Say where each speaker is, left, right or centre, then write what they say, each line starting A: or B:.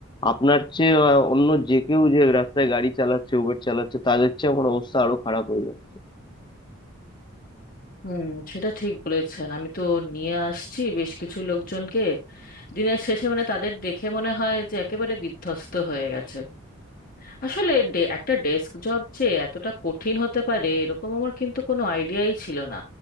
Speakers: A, on the left; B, on the left.
A: আপনার চেয়ে আহ, অন্য যে কেউ যে রাস্তায় গাড়ি চালাচ্ছে উবের চালাচ্ছে তাদের চেয়ে আমার অবস্থা আরো খারাপ হয়ে যাচ্ছে
B: হুম সেটা ঠিক বলেছেন আমি তো নিয়ে আসছি বেশ কিছু লোকজনকে দিনের শেষে মানে তাদের দেখে মনে হয় যে একেবারে বিধ্বস্ত হয়ে গেছে আসলে ডে- একটা ডেস্ক জব যে এতটা কঠিন হতে পারে এরকম আমার কিন্তু কোনো আইডিয়াই ছিল না